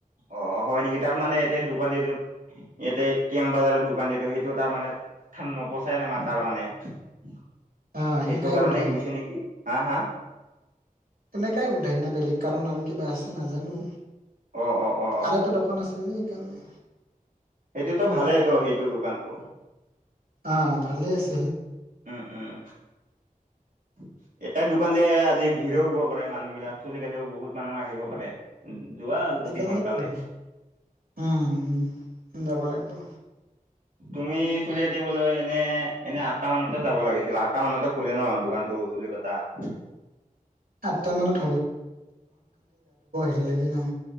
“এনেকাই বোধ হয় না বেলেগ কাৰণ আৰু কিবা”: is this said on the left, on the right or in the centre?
Right